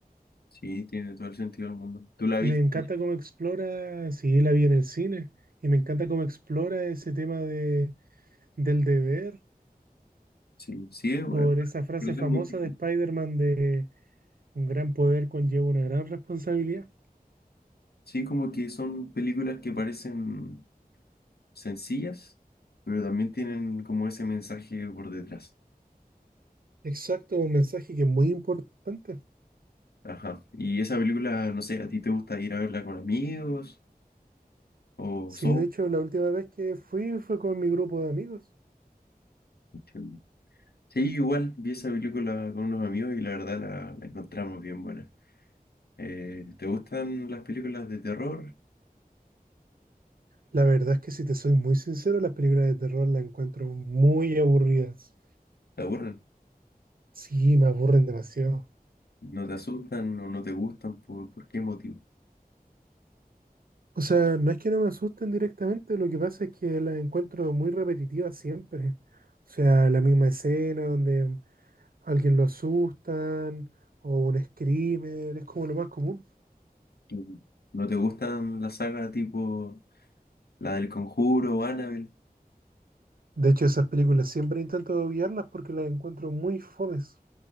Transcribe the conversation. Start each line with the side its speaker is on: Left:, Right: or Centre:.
Left: Sí, tiene todo el sentido del mundo. ¿Tú la
Right: Y
Left: viste?
Right: me encanta cómo explora, sí, la vi en el cine, y me encanta cómo explora ese tema de, del deber,
Left: Sí, sí, es bueno
Right: por esa frase
Left: pero es
Right: famosa
Left: muy... difícil.
Right: de Spider-Man de un gran poder conlleva una gran responsabilidad.
Left: Sí, como que son películas que parecen sencillas, pero también tienen como ese mensaje por detrás.
Right: Exacto, un mensaje que es muy importante.
Left: Ajá. Y esa película, no sé, ¿a ti te gusta ir a verla con amigos o
Right: Sí,
Left: solo?
Right: de hecho, la última vez que fui fue con mi grupo de amigos.
Left: Entiendo. Sí, igual vi esa película con unos amigos y la verdad la, la encontramos bien buena. Eh, ¿te gustan las películas de terror?
Right: La verdad es que si te soy muy sincero, las películas de terror las encuentro muy aburridas.
Left: ¿Te aburren?
Right: Sí, me aburren demasiado.
Left: ¿No te asustan o no te gustan? ¿Por, por qué motivo?
Right: O sea, no es que no me asusten directamente, lo que pasa es que las encuentro muy repetitivas siempre. O sea, la misma escena donde alguien lo asustan o un screamer, es como lo más común.
Left: Mm. ¿No te gustan las sagas tipo la del Conjuro o Annabelle?
Right: De hecho, esas películas siempre intento obviarlas porque las encuentro muy fomes.